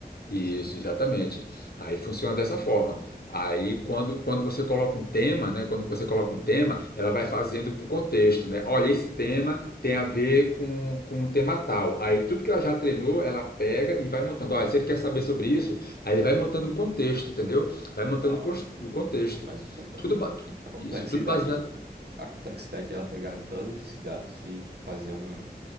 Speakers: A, on the left; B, on the right.
A: isso, exatamente. Aí funciona dessa forma. Aí, quando, quando você coloca um tema, né? Quando você coloca um tema, ela vai fazendo para o contexto, né? Olha, esse tema tem a ver com, com um tema tal. Aí, tudo que ela já treinou, ela pega e vai montando. Olha, se ele quer saber sobre isso, aí ele vai montando o contexto, entendeu? Vai montando
B: Nossa,
A: o cons- o contexto.
B: mas o comple-
A: Tudo,
B: a
A: ba- tudo
B: complexidade.
A: isso, tudo baseado.
B: A complexidade de ela pegar todos esses dados e fazer um.